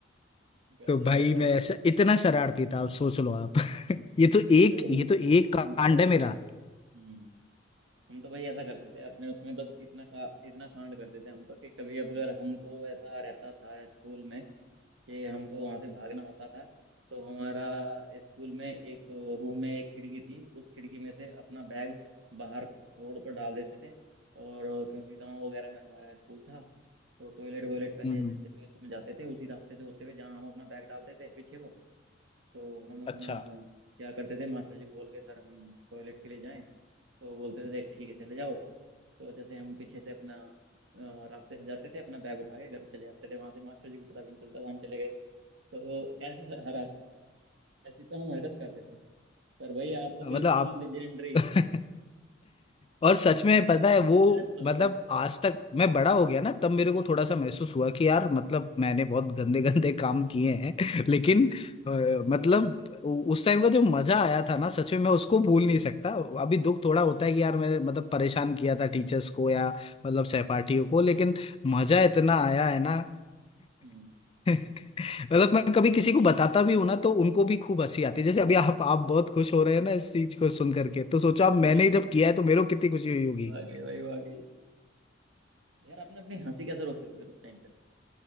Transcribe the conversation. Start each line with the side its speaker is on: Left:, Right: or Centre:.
Right: गजब
Left: तो भाई
Right: भाई
Left: मैं ऐसा इतना शरारती था आप सोच लो आप <laughs> ये तो एक
Right: भाई हम
Left: ये तो एक
Right: हम
Left: कांड
Right: तो
Left: है मेरा
Right: हम्म हम तो भाई ऐसा करते थे अपने उसमें बस इतना का इतना कांड करते थे हम तो कि कभी अगर हमको ऐसा रहता था स्कूल में कि हमको वहां से भागना होता था तो हमारा स्कूल में एक रूम में एक खिड़की थी उस खिड़की में से अपना बैग बाहर रोड पर डाल देते थे और क्योंकि गांव वगैरह में हमारा स्कूल था तो टॉयलेट वॉयलेट पहले
Left: हम्म
Right: ऐसे खेतों वेतों में जाते थे उसी रास्ते से होते हुए जहाँ हम अपना बैग डालते थे पीछे वो तो हम अपना
Left: अच्छा
Right: क्या करते थे मास्टर जी को बोल के सर हम टॉयलेट के लिए जाएं तो बोलते थे देख ठीक है चले जाओ तो जैसे हम पीछे से अपना अ, रास्ते से जाते थे अपना बैग उठा के घर चले जाते थे वहां से मास्टर जी को पता भी नहीं चलता था हम चले गए तो ऐसे हर ऐसी तो हम हरकत करते थे पर भाई आप तो
Left: मतलब
Right: बिल्कुल
Left: आप
Right: लेजेंडरी
Left: <laughs> और सच में पता है वो
Right: हैट्स ऑफ
Left: मतलब
Right: भाई
Left: आज तक मैं बड़ा हो गया ना तब मेरे को थोड़ा सा महसूस हुआ कि यार मतलब मैंने बहुत गंदे गंदे काम किए हैं लेकिन अ, मतलब उ- उस टाइम का जो मजा आया था ना सच में मैं उसको भूल नहीं सकता अभी दुख थोड़ा होता है कि यार मैंने मतलब परेशान किया था टीचर्स को या मतलब सहपाठियों को लेकिन मजा इतना आया है ना
Right: हम्म
Left: <laughs> मतलब मैं कभी किसी
Right: भाई
Left: को बताता भी हूं ना तो उनको भी खूब हंसी आती है जैसे अभी आप आप बहुत खुश हो रहे हैं ना इस चीज को सुन करके तो सोचो अब मैंने
Right: भाई
Left: जब किया है तो मेरे को कितनी खुशी हुई होगी
Right: वाह गई भाई वाह गई यार आपने अपनी हंसी कैसे रोकी होगी उस टाइम पे